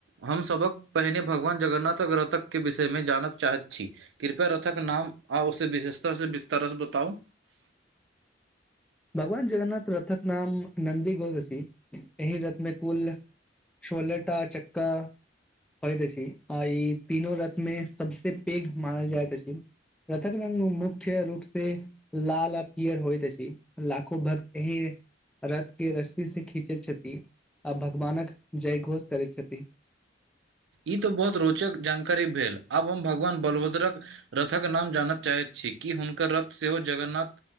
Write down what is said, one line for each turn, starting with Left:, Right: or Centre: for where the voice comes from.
Right: हमसभक पहिने भगवान जगन्नाथक रतकके विषयमे जानऽ चाहैत छी। कृपया रथाक नाम आ ओ से विशेषतर से विस्तारस बताउ।
Centre: भगवान जगन्नाथ रथक नाम नन्दी गोस छी एहि रथमे कुल सोलहटा च्का। होइत अछि आ ई तीनो रथ मे सबसे पैघ मानल जाइत अछि। रथक रंग मुख्य रूप से लाल आ पिअर होइत अछि। लाखो भक्त अहीये। रथ के रस्सी से खींचे छथि आ भगवानक जय घोष करे छथि।
Right: ई तऽ बहोत रोचक जानकारी भेल आब हम भगवान बलभद्रक रथक नाम जानय चाहैत छी कि हुनकर रथ सेहो जगन्नाथ